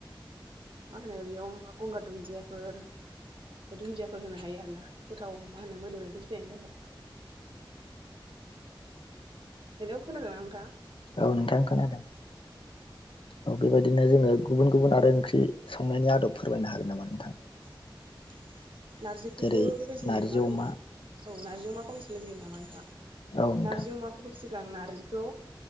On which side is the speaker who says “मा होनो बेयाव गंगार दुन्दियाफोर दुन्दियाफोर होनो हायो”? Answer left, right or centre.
Right